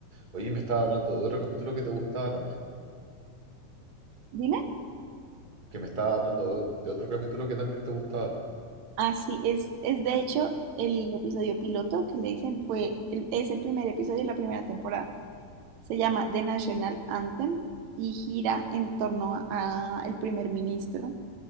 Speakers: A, on the right (about 25°); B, on the right (about 70°).
A: Oye, me estaba hablando de otro capítulo que te gustaba también,
B: Dime,
A: que me estaba hablando de, ot- de otro capítulo que también te gustaba.
B: así es, es de hecho el episodio piloto que le dicen fue, el- es el primer episodio de la primera temporada. Se llama The National Anthem y gira en torno a- al primer ministro